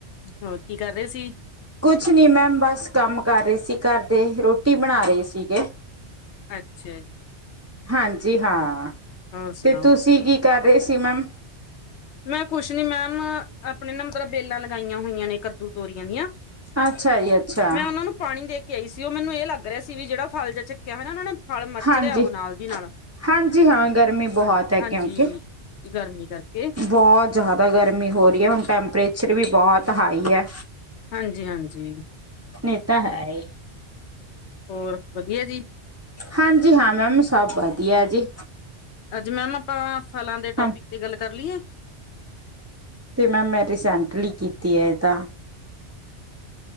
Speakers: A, on the left; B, on the right.
A: ਹੋਰ ਕੀ ਕਰ ਰਹੇ ਸੀ?
B: ਕੁਛ ਨੀ ਮੈਮ ਬਸ ਕੰਮ ਕਰ ਰਹੀ ਸੀ ਘਰ ਦੇ, ਰੋਟੀ ਬਣਾ ਰਹੀ ਸੀਗੇ।
A: ਅੱਛਾ ਜੀ।
B: ਹਾਂਜੀ ਹਾਂ।
A: ਹੋਰ ਸੁਣਾਓ?
B: ਤੇ ਤੁਸੀਂ ਕੀ ਕਰ ਰਹੇ ਸੀ ਮੈਮ?
A: ਮੈਂ ਕੁੱਛ ਨੀ ਮੈਮ ਆਪਣੇ ਨਾ ਮਤਲਬ ਬੇਲਾਂ ਲਗਾਈਆਂ ਹੋਈਆਂ ਨੇ ਕੱਦੂ, ਤੋਰੀਆਂ ਦੀਆਂ।
B: ਅੱਛਾ ਜੀ ਅੱਛਾ
A: ਮੈਂ ਓਨਾਂ ਨੂੰ ਪਾਣੀ ਦੇ ਕੇ ਆਈ ਸੀ ਉਹ ਮੈਨੂੰ ਇਹ ਲੱਗ ਰਿਹਾ ਸੀ ਵੀ ਜਿਹੜਾ ਫਲ ਜਿਆ ਚੱਕਿਆ ਹਨਾ ਉਹਨਾਂ ਨੇ ਫਲ ਮੱਚ
B: ਹਾਂਜੀ
A: ਰਿਹਾ ਓਹ ਨਾਲ ਦੀ ਨਾਲ।
B: ਹਾਂਜੀ ਹਾਂ ਗਰਮੀ ਬਹੁਤ
A: ਹਾਂ
B: ਹੈ ਕਿਉਂਕਿ
A: ਹਾਂਜੀ। ਗਰਮੀ ਕਰਕੇ।
B: ਬਹੁਤ ਜ਼ਾਦਾ ਗਰਮੀ ਹੋ ਰ‌ਈ ਐ ਹੁਣ ਟੈਂਪਰੇਚਰ ਵੀ ਬਹੁਤ ਹਾਈ ਐ।
A: ਹਾਂਜੀ-ਹਾਂਜੀ।
B: ਏ ਤਾਂ ਹੈਈ।
A: ਹੋਰ, ਵਧੀਆ ਜੀ।
B: ਹਾਂਜੀ ਹਾਂ ਮੈਮ ਸਭ ਵਧੀਐ ਜੀ।
A: ਅੱਜ ਮੈਮ ਆਪਾਂ ਫਲਾਂ ਦੇ ਟੋਪਿਕ
B: ਹਾਂ
A: ਤੇ ਗੱਲ ਕਰ ਲੀਏ?
B: ਤੇ ਮੈਮ ਮੈਂ ਰੀਸੈਂਟਲੀ ਕੀਤੀ ਐ ਤਾਂ?